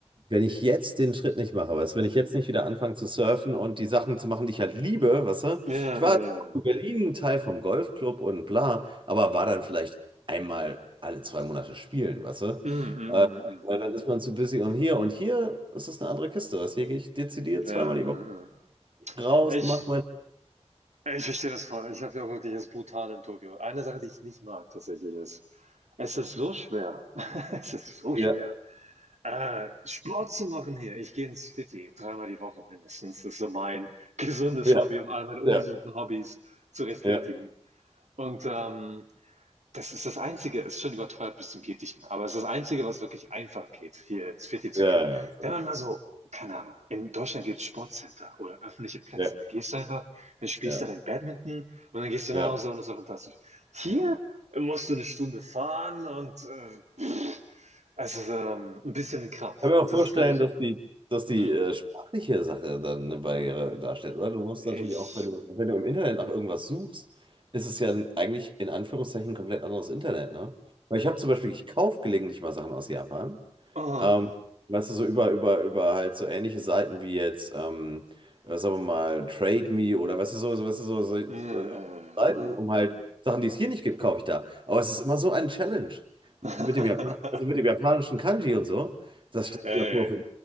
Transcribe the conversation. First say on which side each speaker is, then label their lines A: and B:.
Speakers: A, on the right; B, on the right.
A: wenn ich jetzt den Schritt nicht mache, weißt du, wenn ich jetzt nicht wieder anfange zu surfen und die Sachen zu machen, die ich halt liebe, weißt du,
B: ja,
A: ich war
B: ja, ja,
A: in Berlin Teil vom Golfclub und bla, aber war dann vielleicht einmal alle zwei Monate spielen, weißt du.
B: ja, ja, ja,
A: Äh,
B: ja, ja,
A: Weil dann ist man zu busy und hier und hier ist es eine andere Kiste, weißt du, hier gehe ich dezidiert
B: ja,
A: zweimal
B: ja,
A: die
B: ja,
A: Woche
B: ja, ja.
A: raus,
B: Ich
A: mach mein.
B: Ich verstehe das voll. Ich habe ja auch wirklich das brutal in Tokio. Eine Sache, die ich nicht mag tatsächlich ist, es ist so schwer. <laughs> Es ist so
A: Ja,
B: schwer. Äh, Sport zu machen hier. Ich gehe ins Fitti dreimal die Woche mindestens. Das ist so mein gesundes
A: ja,
B: Hobby, um all meine ungesunden
A: ja,
B: Hobbys zu rechtfertigen.
A: ja.
B: Und ähm, das ist das Einzige, ist schon überteuert bis zum geht nicht mehr, aber es ist das Einzige, was wirklich einfach geht, hier ins Fitti zu
A: Ja,
B: gehen.
A: ja,
B: Wenn
A: ja,
B: man mal so, keine Ahnung, in Deutschland gibt es Sportcenter oder öffentliche Plätze,
A: ja,
B: dann gehst du einfach, dann spielst
A: ja.
B: du dein Badminton und dann gehst du
A: ja.
B: nach Hause und das ist doch fantastisch. Hier musst du eine Stunde fahren und äh, also ähm, ein bisschen ein Krampf.
A: Ich kann mir
B: Und
A: auch vorstellen,
B: das ist, glaube ich, so.
A: dass die, dass die
B: Hm.
A: äh, sprachliche Sache dann eine Barriere darstellt, oder? Du musst
B: Ich.
A: natürlich auch, wenn du, wenn du im Internet nach irgendwas suchst, ist es ja ein- eigentlich in Anführungszeichen ein komplett anderes Internet, ne? Weil ich habe zum Beispiel, ich kaufe gelegentlich mal Sachen aus Japan.
B: Oh.
A: Ähm, weißt du, so über, über, über halt so ähnliche Seiten wie jetzt, ähm, äh, sagen wir mal, Trade Me oder weißt du, so, so, weißt du, so, so,
B: Äh, äh,
A: so Seiten,
B: oh.
A: um halt Sachen, die es hier nicht gibt, kaufe ich da. Aber es ist immer so ein Challenge mit
B: <laughs>
A: dem Japan, also mit dem japanischen Kanji und so. Das stelle
B: Äh,
A: ich mir vor. Für
B: äh,